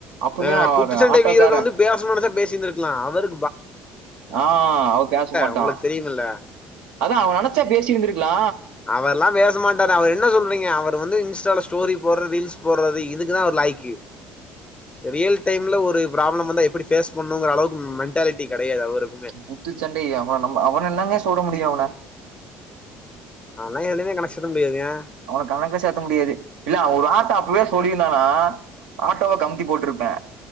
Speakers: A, on the right; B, on the left.
A: அப்பவே
B: அ
A: அவன்
B: குத்துச் சண்டை
A: ஆட்டோக்காரன்
B: வீரர் வந்து பேசணூந்தா பேசிந்திருக்கலா அவரு
A: ஆ அவ பேச மாட்டா
B: உங்களுக்கு தெரியுமில்ல
A: அதா <unintelligible> அவ நெனைச்சா பேசி டி இருந்திருக்லா
B: அவெல்லா பேசமாட் டா அவர் என்ன சொல்றீங்க அவர் வந்து இன்ஸ்டால ஸ்டோரி போடுறது ரீல்ஸ் போடுறது இதுக்குதா அவரு லாயிக்கு ரியல் டைம்ல ஒரு ப்ராப்ளம் வந்தா எப்டி ஃபேஸ் பண்ணூஙீகிற அளவுக்கு மென்டாலிட்டி கெடையாது அவருக்
A: குத்துச்சண்டை அவ நம்ம அவன என்னங்கே சொல்ல முடியு அவன
B: அதெல்லாம் எதுலயுமே கணக்கு சேர்த்த முடியாதுங்க
A: அவன கணக்குல சேக்க முடியாது இல்ல அவ ஒரு வார்த்த அப்பவே ஸ் சொல்லிருந்தானா ஆட்டோவ கம்த்தி போட்ருப்பே